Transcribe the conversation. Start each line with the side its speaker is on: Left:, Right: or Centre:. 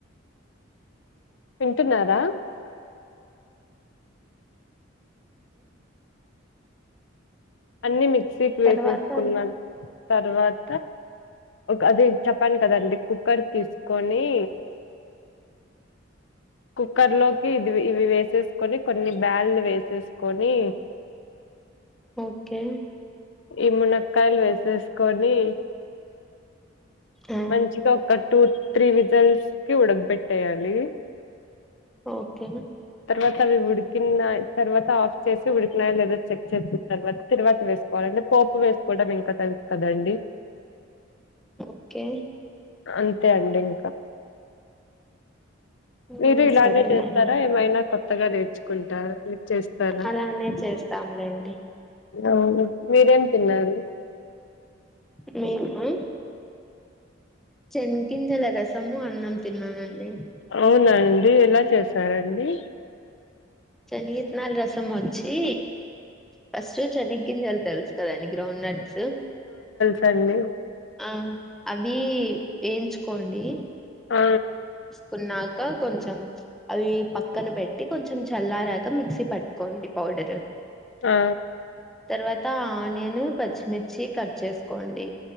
Left: వింటున్నారా అన్ని మిక్సీకి వేసేసుకున్నా
Centre: తర్వాత
Left: తర్వాత అది చెప్పను కదండి కుక్కర్ తీసుకొని కుక్కర్ లోకి ఇది ఇవి వేసేసుకొని కొన్ని బ్యాల్లు వేసేసుకొని
Centre: ఓకే
Left: ఈ మునక్కాయలు వేసేసుకొని
Centre: ఆ
Left: మంచిగా ఒక టూత్ త్రి విజల్స్ కి ఉడగబెట్టేయాలి
Centre: ఓకే
Left: తర్వాతవి ఉడి కిన తర్వాత ఆఫ్ చేసి ఉడికినాయా లేదో చెక్ చేసిన తర్వాత తిరువాత వేస్ సుకోవాలంటే పోపు వేసుకోవటడం ఇంకా తెలుసు కదండి
Centre: ఓకే
Left: అంతే అండి ఇంకా
Centre: ఆ
Left: మీరు ఇలానే
Centre: సరేలేండి
Left: చేస్తారా ఏమైనా కొత్తగా నేర్చుకుంటారా మీ చేస్తారా
Centre: అలానే చేస్తాంలేండి
Left: అ మీరేం తిన్నారు
Centre: మీమా చెనీగ్ గింజల రస త్తము అన్నం తిన్నానండి
Left: అవునా అండి ఎలా చేసారండి
Centre: చెనిగిత్తనల రసం వచ్చి ఫస్ట్ చనీగ్ గింజలు తెలుసు కదా అండి గ్రౌండ్ నట్స్
Left: సండి
Centre: ఉమ్ అవి వేయించుకోండి
Left: ఆ
Centre: కున్నాక కొంచెం అవి పక్కన పెట్టి కొంచెం చల్లారాక మిక్సీ పట్ కొడి పౌడర్
Left: ఆ
Centre: తవాత్ త్త ఆనియన్ పచ్చిమిర్చి కట్ చేసుకోండి